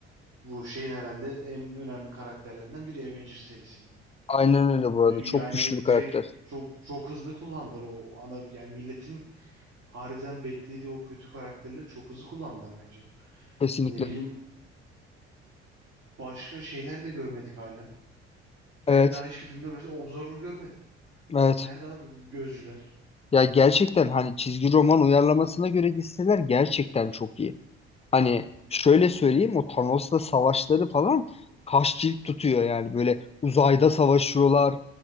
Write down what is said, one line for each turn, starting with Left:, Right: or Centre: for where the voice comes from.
Right: bu şeyin herhalde en önemli karakterlerinden biri Avengers serisinin.
Left: Aynen öyle bu arada.
Right: E, Yani
Left: Çok güçlü bir karakter.
Right: direkt çok çok hızlı kullandılar o ana yani milletin harbiden beklediği o kötü karakterleri çok hızlı kullandılar bence.
Left: Kesinlikle.
Right: Ne bileyim başka şeyler de görmedik hala. Ben
Left: Evet.
Right: daha hiçbir filmde mesela Observer görmedim.
Left: Evet.
Right: Nerede abi bu gözcüler?
Left: Ya gerçekten hani çizgi roman uyarlamasına göre gitseler gerçekten çok iyi. Hani şöyle söyleyeyim o Thanos'la savaşları falan kaç cilt tutuyor yani böyle uzayda savaşıyorlar.